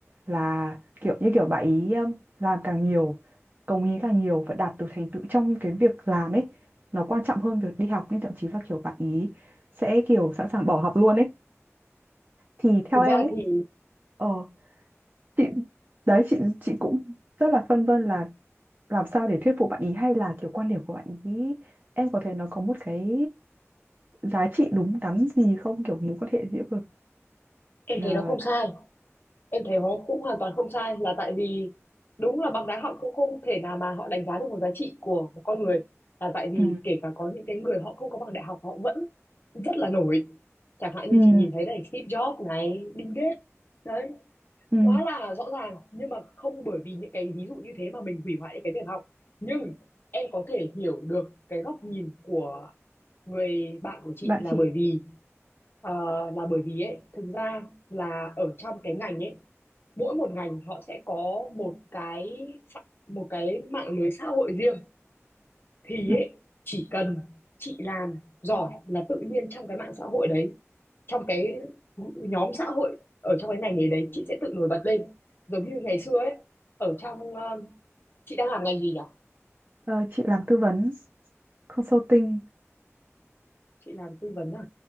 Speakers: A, on the right; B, on the left.
A: là kiểu như kiểu bạn ý um, làm càng nhiều cống hiến càng nhiều và đạt được thành tựu trong cái việc làm ấy nó quan trọng hơn việc đi học nên thậm chí là kiểu bạn ý sẽ kiểu sẵn sàng bỏ học luôn ấy thì theo
B: thực
A: em
B: ra
A: ấy
B: thì
A: ờ chị đấy chị chị cũng rất là phân vân là làm sao để thuyết phục bạn ý hay là kiểu quan điểm của bạn ý em có thấy nó có một cái giá trị đúng đắn gì không kiểu mối quan hệ giữa vực
B: em
A: ờ,
B: thấy nó không sai em thấy nó cũng hoàn toàn không sai là tại vì đúng là bằng đá họ cũng không thể nào mà họ đánh giá được một giá trị của một con người là tại vì
A: ừ
B: kể cả có những cái người họ không có bằng đại học họ vẫn rất là nổi chẳng hạn
A: ừ
B: như chị nhìn thấy này Steve Jobs này Bill Gates đấy
A: ừ
B: quá là rõ ràng nhưng mà không bởi vì những cái ví dụ như thế mà mình hủy hoại những cái việc học nhưng em có thể hiểu được cái góc nhìn của người bạn của chị
A: bạn
B: là
A: chị
B: bởi vì ờ, là bởi vì ấy thực ra là ở trong cái ngành ấy mỗi một ngành họ sẽ có một cái xã- một cái mạng lưới xã hội riêng thì
A: ừ,
B: ấy, chỉ cần chị làm giỏi là tự nhiên trong cái mạng xã hội đấy trong cái nhóm xã hội ở trong cái ngành nghề đấy chị sẽ tự nổi bật lên giống như ngày xưa ấy ở trong ờ, chị đang làm ngành gì nhỉ
A: ờ, chị làm tư vấn consulting
B: chị làm tư vấn à